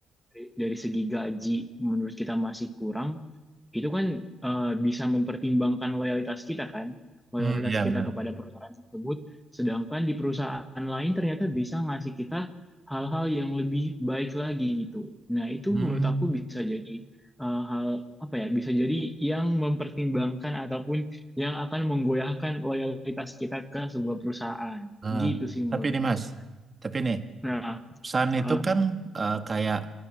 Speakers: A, in the centre; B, on the right.
A: dari dari segi gaji menurut kita masih kurang, itu kan eh, bisa mempertimbangkan loyalitas kita kan, loyalitas
B: Hmm, ya
A: kita
B: benar.
A: kepada perusahaan tersebut, sedangkan di perusahaan lain ternyata bisa ngasih kita hal-hal yang lebih baik lagi gitu. Nah, itu
B: Hmm.
A: menurut aku bisa jadi eh, hal apa ya, bisa jadi yang mempertimbangkan ataupun yang akan menggoyahkan loyalitas kita ke sebuah perusahaan.
B: Eh,
A: Gitu sih menurutku.
B: tapi nih Mas, tapi nih
A: Nah,
B: pesan
A: eh,
B: itu kan eh, kayak